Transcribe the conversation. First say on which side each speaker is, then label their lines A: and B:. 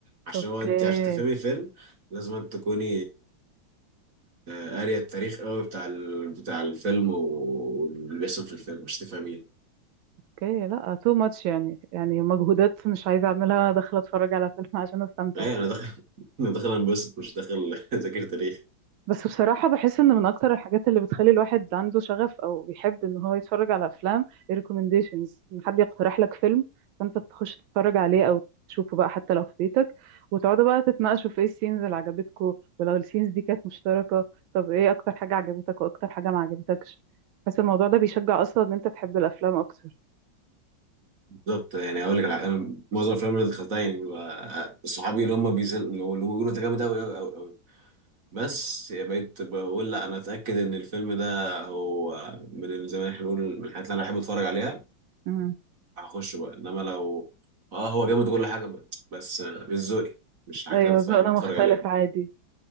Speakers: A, on the right; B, on the right.
A: عشان
B: اوكي
A: هو انت عشان تفهمي الفيلم لازم أن تكوني آه، قارية التاريخ قوي بتاع ال... بتاع الفيلم و- واللي بيحصل في الفيلم مش تفهميه
B: اوكي لا تو ماتش يعني يعني مجهودات مش عايزه اعملها داخله اتفرج على فيلم عشان استمتع
A: ايه انا داخل <laughs> انا داخل انبسط مش داخل <laughs> اذاكر تاريخ
B: بس بصراحة بحس ان من اكتر الحاجات اللي بتخلي الواحد عنده شغف او بيحب ان هو يتفرج على افلام الريكومنديشنز ان حد يقترح لك فيلم فانت تخش تتفرج عليه او تشوفه بقى حتى لو في بيتك وتقعدوا بقى تتناقشوا في ايه السينز اللي عجبتكوا ولو السينز دي كانت مشتركة طب ايه اكتر حاجة عجبتك واكتر حاجة ما عجبتكش بس الموضوع ده بيشجع اصلا ان انت تحب الافلام اكتر
A: بالظبط يعني اقول لك على- انا معظم الافلام اللي دخلتها يعني بيبقى صحابي اللي هم بيزن... اللي هم بيقولوا انت جامد قوي قوي قوي بس بقيت بقول لا انا اتاكد ان الفيلم ده هو من زي ما احنا بنقول من الحاجات اللي انا بحب اتفرج عليها
B: امم
A: هخش بقى انما لو اه هو جامد وكل حاجه بقى. بس مش ذوقي مش الحاجات
B: ايوه
A: اللي أنا
B: ذوقنا
A: بحب اتفرج
B: مختلف
A: عليها
B: عادي